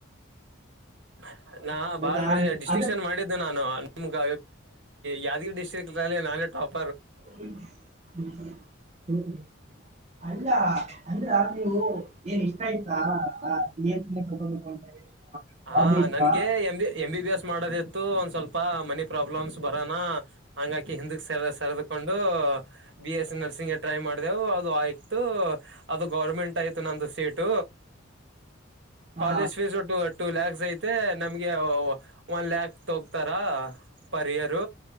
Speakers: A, on the right (about 65°); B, on the right (about 35°).
A: <inaudible> ನಾ ಬಾಳ್
B: ಹೌದಾ
A: ಕಡೆ ಡಿಸ್ಟ್ರಿಂಕ್ಷನ್
B: ಅದಕ್
A: ಮಾಡಿದ್ದು ನಾನು ನಮ್ಗ ಯಾದಗಿ ಡ್ಟ್ರಿಕ್ ನಾನೇ ಟಾಪ್
B: ಹ್ಮ <unintelligible> ಅಲ್ಲ ಅಂದ್ರ ನೀವು ಏನ್ ಇಷ್ಟ ಆಯ್ತಾ ಆ
A: ಹಾ
B: ಹಾಬಿ ಇತ್ತಾ
A: ನನ್ಗೆ ಎ ಎಂ ಬಿ ಎಸ್ ಮಾಡೋದೇ ಒಂದ್ ಸ್ವಲ್ಪ ಮನೆ ಪ್ರಾಬ್ಲಮ್ಸ್ ಬರೋಣ ಹಂಗಾಕಿ ಹಿಂದ ಸ ಸರದಕೊಂಡು B S C nursing try ಮಾಡಿದೆವು ಅದು ಆಯ್ತು ಅದು ಗೌರ್ಮೆಂಟ್ ಆಯ್ತು ನಂದು ಸೀಟ್ ಸೀಟ್
B: ಹಾ
A: ಕಾಲೇಜ್ ಫೀಸ್ ಟು ಲಾಕ್ಸ್ ಆಯ್ತೆ ನಮ್ಗೆ ಒನ್ ಲ್ಯಾಕ್ ತೋಗ್ತಾರ ಪರ್ ಇಯರ್